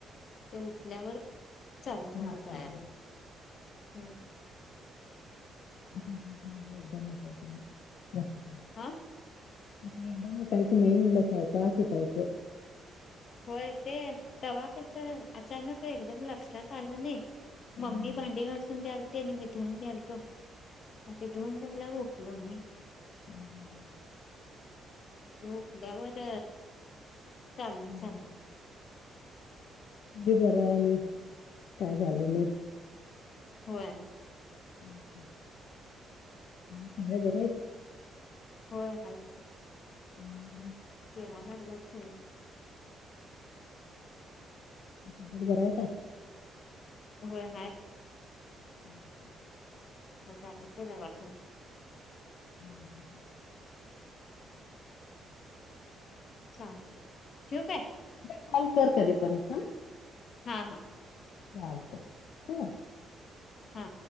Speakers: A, on the left; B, on the left.
A: ते उठल्यावर चालू झालं
B: दाब
A: जायला
B: पडले
A: हम्म
B: आ काही एकद काही नाही ब
A: आा
B: अस एकदम उटायचं नाही म्हणलं असयचं असटायचं
A: होय ते तेव्हा तस अचानक एकदम लक्षात आलं नाही
B: हं.
A: मम्मी भांडी वाासून द्यालते आणि मी धुून घ्यालतो ते धुून जायला ग हमी
B: हम्म
A: झ उठल्यावर चालूच
B: हं,
A: झालं
B: अरे बरं आहे मी काय झालं नाही
A: होय
B: हम् चांगले बरे आहेत
A: होय हाच
B: हम्म
A: जे म नच
B: त बरायता
A: होय हा
B: हम्म ह्
A: चाल ते वाठ
B: हम्म
A: चालतय ठेवू काय?
B: काॅल कर कधी पण हा.
A: हा हा
B: चालत ठेवू काय?
A: हा